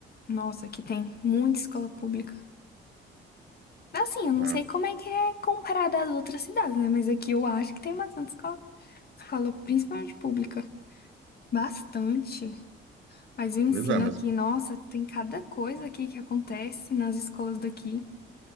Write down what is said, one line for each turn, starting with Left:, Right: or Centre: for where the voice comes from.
Left: Nossa, aqui tem muita escola pública. Assim, eu não
Right: É.
Left: sei como é que é comparado às outras cidades, né? Mas aqui eu acho que tem bastante escola. Escola, principalmente pública. Bastante. Mas o ensino
Right: Pois é, mas
Left: aqui, nossa, tem cada coisa aqui que acontece nas escolas daqui.